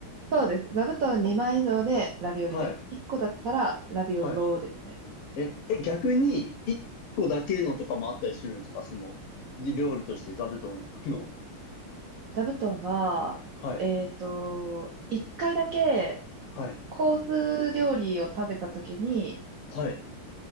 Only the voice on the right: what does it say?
そうです。座布団2枚以上でラビオリです。
1個だったらラビオローですね。
座布団は、
えっと、1回だけ
コース料理を食べた時に